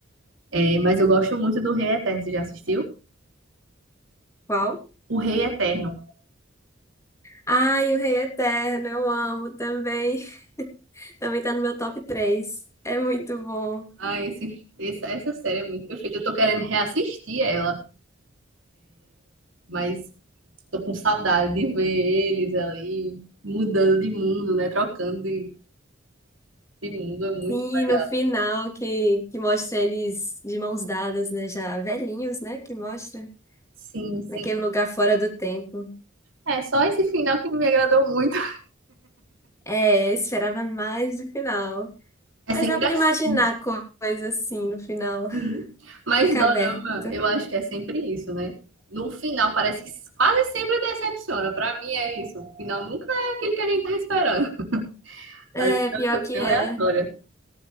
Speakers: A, on the right; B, on the left.
A: É, mas eu gosto muito do Rei Eterno. Você já assistiu?
B: qual?
A: O Rei Eterno.
B: Ai, o Rei Eterno, eu amo também. <laughs> Também tá no meu top 3. É muito bom.
A: Ah, esse, essa, essa série é muito perfeita. Eu tô querendo reassistir ela, mas tô com saudade de ver eles ali mudando de mundo, né? Trocando de, de mundo. É muito
B: Sim,
A: legal.
B: e no final que, que mostra eles de mãos dadas, né? Já velhinhos, né? Que mostra
A: Sim, sim.
B: naquele lugar fora do tempo.
A: É só esse final que não me agradou muito.
B: É, eu esperava mais do final.
A: É
B: Mas
A: sempre
B: dá pra
A: assim.
B: imaginar co- coisa assim no final. <laughs>
A: Uhum. Mas
B: Fica
A: dorama,
B: aberto.
A: eu acho que é sempre isso, né? No final parece que quase sempre decepciona. Pra mim é isso. O final nunca é aquilo que a gente tá esperando.
B: É,
A: Às vezes
B: pior
A: é uma coisa
B: que é.
A: aleatória.